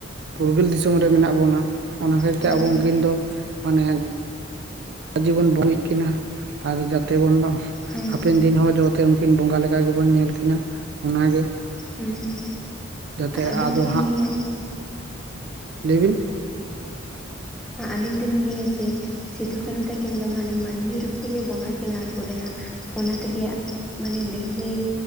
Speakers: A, on the right (about 55°); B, in the centre.
A: ᱯᱷᱩᱨᱜᱟᱹᱞ ᱫᱤᱥᱚᱢ ᱨᱮ ᱢᱮᱱᱟᱜ ᱵᱚᱱᱟ ᱚᱱᱟ ᱠᱷᱟᱹᱛᱤᱨ
B: ᱦᱮᱸ
A: ᱛᱮ ᱟᱵᱚ ᱩᱱᱠᱤᱱ ᱫᱚ ᱢᱟᱱᱮ ᱡᱤᱵᱚᱱ ᱵᱩᱜᱤᱜ ᱠᱤᱱᱟᱹ ᱟᱨ ᱡᱟᱛᱮ ᱵᱚᱱ
B: ᱦᱮᱸ
A: ᱦᱟᱯᱮᱱ ᱫᱤᱱ ᱦᱚᱸ ᱡᱚᱛᱮ ᱩᱱᱠᱤᱱ ᱵᱚᱸᱜᱟ ᱞᱮᱠᱟ ᱜᱮᱵᱚᱱ ᱧᱮᱞ ᱠᱤᱱᱟ ᱚᱱᱟᱜᱮ <unintelligible>
B: ᱦᱮᱸ
A: ᱡᱟᱛᱮ
B: ᱟᱹᱞᱤᱧ
A: ᱟᱫᱚ
B: ᱫᱚᱞᱤᱧ
A: ᱦᱟᱸᱜ
B: ᱞᱟᱹᱭᱟ
A: ᱞᱟᱹᱭ ᱵᱤᱱ
B: ᱟᱹᱞᱤᱧ ᱫᱚᱞᱤᱧ ᱞᱟᱹᱭᱟ ᱡᱮ ᱥᱤᱫᱩ ᱠᱟᱹᱱᱩ ᱛᱟᱹᱠᱤᱱ ᱫᱚ ᱢᱟᱱᱮ ᱢᱟᱹᱱᱢᱤ ᱨᱩᱯ ᱛᱮᱜᱮ ᱵᱚᱸᱜᱟ ᱠᱤᱱ ᱟᱬᱜᱳ ᱞᱮᱱᱟ ᱚᱱᱟ ᱛᱮᱜᱮ ᱢᱟᱱᱮ ᱞᱟᱹᱲᱦᱟᱹᱭ